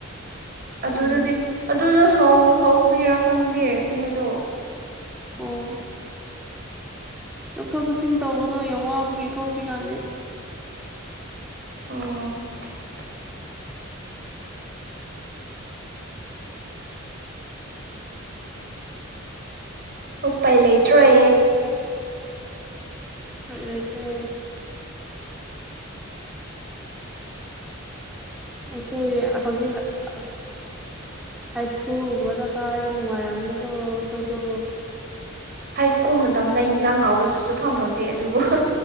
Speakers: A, on the right; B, in the centre.
A: ꯑꯗꯨꯗꯨꯗꯤ
B: ꯎꯝ
A: ꯑꯗꯨꯗ ꯍ ꯍꯧꯕꯔꯣ ꯈꯪꯗꯦ ꯃꯣꯏꯗꯣ
B: ꯑꯣ ꯆꯠꯊꯣꯛ ꯆꯠꯁꯤꯟ ꯇꯧꯕꯅꯣ ꯌꯥꯝ ꯋꯥꯕꯒꯤꯀꯣ ꯍꯧꯖꯤꯛꯀꯥꯟꯗꯤ
A: ꯑꯣ ꯎꯄꯥꯏ ꯂꯩꯇ꯭ꯔꯦ
B: ꯐꯣꯏꯠꯇ꯭ꯔꯦ ꯑꯩꯈꯣꯏ ꯍꯧꯖꯤꯛ ꯑꯁ ꯍꯥꯏ ꯁ꯭ꯀꯨꯜꯒꯨꯝꯕ ꯗꯔꯀꯥꯔꯗꯤ ꯅꯨꯡꯉꯥꯏꯔꯝꯅꯤꯀꯣ ꯑꯩꯈꯣꯏꯗꯣ
A: ꯍꯥꯏ ꯁ꯭ꯀꯨꯜ ꯃꯇꯝꯗ ꯍꯟꯖꯥꯡ ꯍꯥꯎꯕꯁꯨꯁꯨ ꯐꯝ ꯐꯪꯗꯦ ꯑꯗꯨꯕꯨ